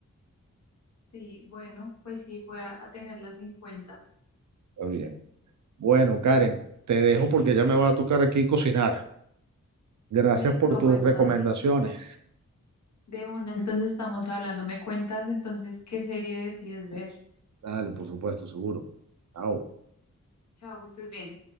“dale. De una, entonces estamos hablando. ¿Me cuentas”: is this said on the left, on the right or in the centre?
Left